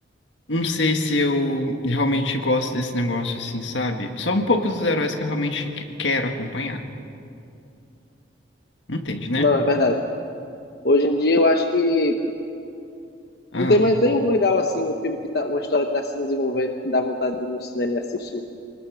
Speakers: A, on the left; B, on the left.
A: não sei se eu realmente gosto desse negócio, assim, sabe? Só um pouco dos heróis que eu realmente que- quero acompanhar. Entende, né?
B: Não, é verdade. Hoje em dia, eu acho que
A: Ah,
B: Não tem mais nenhum legal assim, um filme que tá, uma história que tá se desenvolvendo, que dá vontade de ir no cinema e assistir.